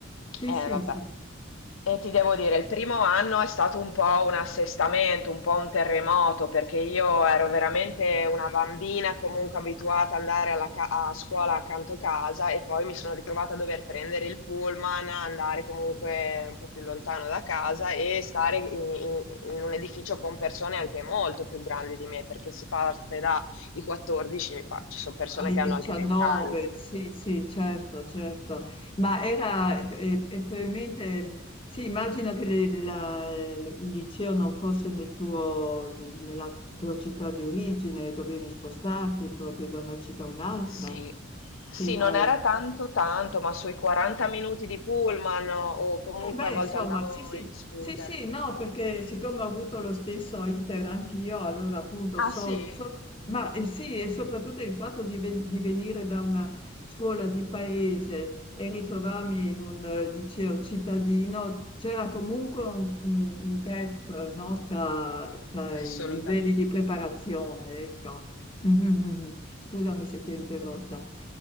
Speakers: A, on the left; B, on the left.
A: Sì,
B: Eh,
A: sì,
B: vabbè.
A: sì.
B: E ti devo dire, il primo anno è stato un po' un assestamento, un po' un terremoto, perché io ero veramente una bambina comunque abituata ad andare alla ca- a scuola accanto a casa e poi mi sono ritrovata a dover prendere il pullman, andare comunque un po' più lontano da casa e stare in, in- in un edificio con persone anche molto più grandi di me, perché si parte dai 14, ma ci sono persone
A: Ai
B: che
A: 19,
B: hanno anche 20 anni.
A: sì, sì, certo, certo. Ma era, e, e probabilmente, mh, sì, immagino che le- la- il liceo non fosse nel tuo, nella tua città di origine, dovevi spostarti proprio da una città a un'altra.
B: Sì.
A: Sì,
B: Sì, non
A: hai...
B: era tanto tanto, ma sui 40 minuti di pullman o comunque
A: Eh beh,
B: a volte
A: insomma,
B: andavo
A: sì, sì,
B: in scooter.
A: sì, sì, no, perché siccome ho avuto lo stesso iter anch'io, allora appunto
B: Ah
A: so,
B: sì?
A: so- ma eh, sì, e soprattutto il fatto di, ven- di venire da una scuola di paese e ritrovarmi in un eh, liceo cittadino, c'era comunque un, un- un gap, no, tra, tra
B: Assolutamente.
A: i livelli di preparazione, ecco. Mhm, mhm. Scusami se ti ho interrotta.